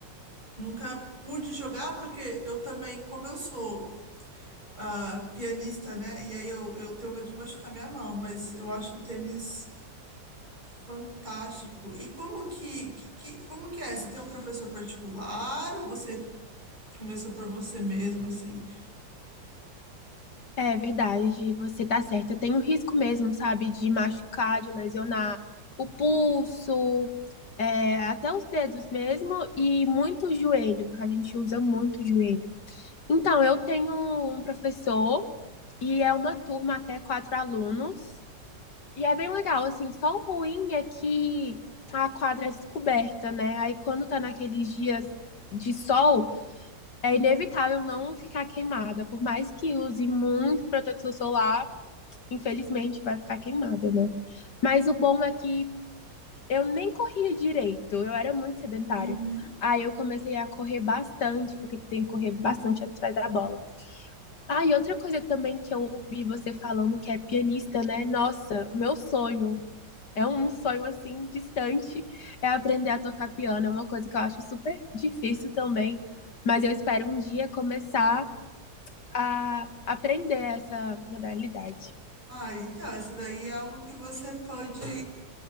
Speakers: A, on the right; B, on the left.
A: Nunca pude jogar porque eu também, como eu sou ah, pianista, né? E aí eu, eu tenho medo de machucar minha mão, mas eu acho o tênis fantástico. E como que, que, que- como que é? Você tem um professor particular ou você começou por você mesmo, assim?
B: É verdade, você tá certa. Tem o risco mesmo, sabe, de machucar, de lesionar o pulso, é, até os dedos mesmo, e muito o joelho, porque a gente usa muito o joelho. Então, eu tenho um professor e é uma turma até quatro alunos, e é bem legal, assim, só o ruim é que a quadra é descoberta, né? Aí quando tá naqueles dias de sol, é inevitável não ficar queimada. Por mais que use muito protetor solar, infelizmente vai ficar queimada, né? Mas o bom é que eu nem corria direito, eu era muito sedentária.
A: Uhum.
B: Aí eu comecei a correr bastante, porque tem que correr bastante atrás da bola. Ah, e outra coisa também que eu ouvi você falando que é pianista, né? Nossa, meu sonho. É um sonho assim distante, é aprender a tocar piano. É uma coisa que eu acho super difícil também, mas eu espero um dia começar a aprender essa modalidade.
A: Ah, então, isso daí é algo que você pode